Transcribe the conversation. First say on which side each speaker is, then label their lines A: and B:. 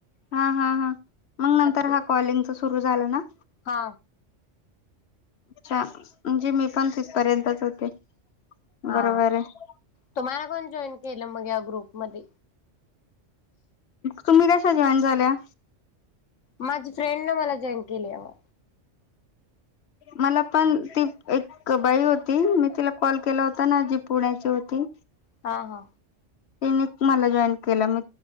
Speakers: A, on the left; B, on the left.
A: हा हा ह मग नंतर
B: ते
A: हा कॉलिंग च सुरू झालं ना.
B: हा
A: अच्छा, म्हणजे मी पण तिथपर्यंतच होते.
B: हा
A: बरोबर आहे
B: तुम्हाला कोण जॉईन केलं मग या ग्रुप मध्ये?
A: तुम्ही कश्या जॉईन झाल्या?
B: माझी फ्रेंन्ड न मला जॉईन केली यावर.
A: मला पण ती एक बाई होती. मी तिला कॉल केला होता ना जी पुण्याची होती.
B: हा हा
A: त्यांने मला जॉईन केला मी